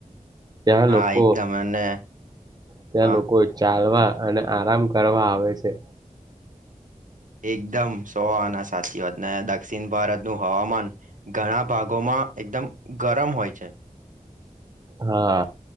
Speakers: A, on the right; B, on the right.
A: ત્યાં
B: હા
A: લોકો,
B: એકદમ અને
A: ત્યાં
B: હા
A: લોકો ચાલવા અને આરામ કરવા આવે છે.
B: એકદમ સોહઆના સાચી વાતને દક્ષિણ ભારતનું હવામાન ઘણા ભાગોમાં એકદમ ગરમ હોય છે.
A: હા